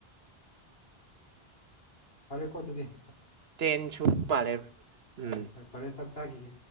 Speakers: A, on the left; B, on the right.
A: ꯐꯔꯦ ꯀꯣ ꯇꯗꯤꯤ
B: ꯇꯦꯟꯁꯨꯨꯄ ꯄꯔꯦ ꯎꯝ
A: ꯍꯣꯏ ꯐꯔꯦ ꯆꯥꯛ ꯆꯥꯈꯤꯒꯦ